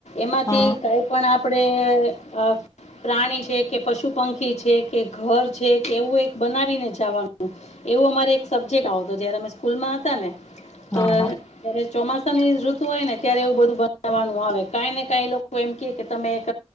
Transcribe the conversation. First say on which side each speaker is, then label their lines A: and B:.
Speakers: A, on the left; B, on the left.
A: એમાંથી
B: હા
A: કંઈ પણ આપણે અ પ્રાણી છે કે, પશુ પંખી છે કે, ઘર છે કે, એવું એક બનાવીને જાવાનું. એવો અમારે એક સબ્જેક્ટ આવતો, જયારે અમે સ્કૂલમાં હતા ને
B: હા
A: તો.
B: હા
A: ત્યારે ચોમાસાની ઋતુ હોય ને, ત્યારે એવું બધું બનાવાનું આવે, કાઈ ને કાઈ લોકો એમ કે કે તમે એક